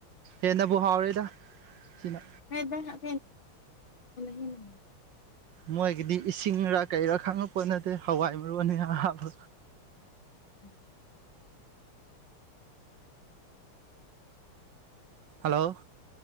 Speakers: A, on the right; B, on the left.
A: ꯍꯦꯟꯅꯕꯨ ꯍꯥꯎꯔꯦꯗ ꯁꯤꯅ
B: <unintelligible> ꯆꯥꯕꯅ ꯍꯦꯟꯅ
A: ꯃꯣꯏꯒꯤꯗꯤ ꯏꯁꯤꯡꯔ ꯀꯩꯔ‌ ꯈꯪꯉꯛꯄꯣꯠ ꯅꯠꯇꯦ ꯍꯋꯥꯏ ꯃꯔꯨ ꯑꯅꯤ ꯍꯥꯞꯄ
B: <inaudible>
A: ꯍꯜꯂꯣ